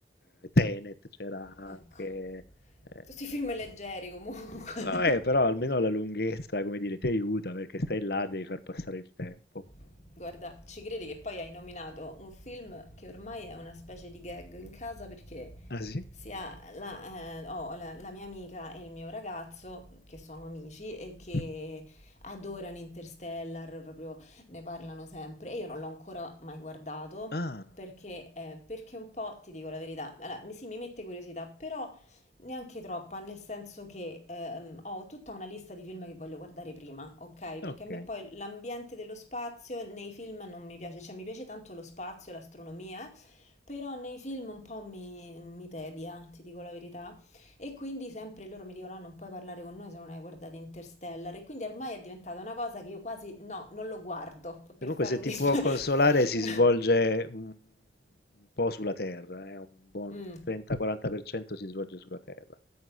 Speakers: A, on the left (about 60°); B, on the left (about 40°).
A: eh, Tenet c'era anche,
B: Ecco.
A: ehm
B: Tutti i film leggeri comunque.
A: No, eh, però almeno la lunghezza, come dire, ti aiuta perché stai là, devi far passare il tempo.
B: <laughs> Guarda, ci credi che poi hai nominato un film che ormai è una specie di gag in casa perché
A: Ah sì?
B: sia la, eh, ho la- la mia amica e il mio ragazzo, che sono amici e che
A: Mhm.
B: adorano Interstellar, proprio ne parlano sempre e io non l'ho ancora mai guardato
A: Ah,
B: perché, eh, perché un po', ti dico la verità, allora, mi- sì, mi mette curiosità, però... Neanche troppa, nel senso che ehm, ho tutta una lista di film che voglio guardare prima, ok?
A: ok.
B: Perché a me
A: E
B: poi l'ambiente dello spazio nei film non mi piace, cioè mi piace tanto lo spazio, l'astronomia, eh, però nei film un po' mi, mi tedia, ti dico la verità. E quindi sempre loro mi dicono: "Ah, non puoi parlare con noi se non hai guardato Interstellar. E quindi ormai è diventata una cosa che io quasi no, non lo guardo
A: comunque
B: per fare
A: se
B: un
A: ti
B: dispetto.
A: può consolare si svolge un, un po' sulla Terra, eh, un buon
B: <laughs>
A: 30-40% si svolge sulla Terra.